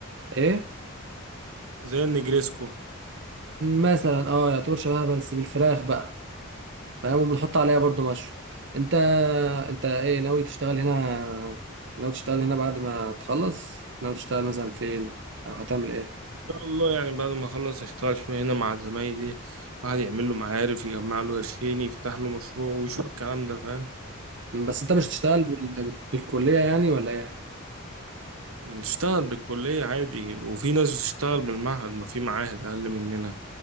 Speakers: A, on the right (about 55°); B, on the right (about 80°).
A: ايه
B: زي النجريسكو
A: مثلا اه يعتبر شبهها بس بالفراخ بقى فاهم وبنحط عليها برضو مشروم انت انت ايه ناوي تشتغل هنا ناوي تشتغل هنا بعد ما تخلص ناوي تشتغل مثلا فين او هتعمل ايه
B: ان شاء الله يعني بعد ما اخلص اشتغل شويه هنا مع زمايلي واحد يعمل له معارف يجمع له قرشين يفتح له مشروع ويشوف الكلام ده فاهم
A: مم، بس انت مش هتشتغل بال- بالكلية يعني ولا ايه
B: نشتغل بالكلية عادي وفي ناس بتشتغل بالمعهد ما في معاهد أقل مننا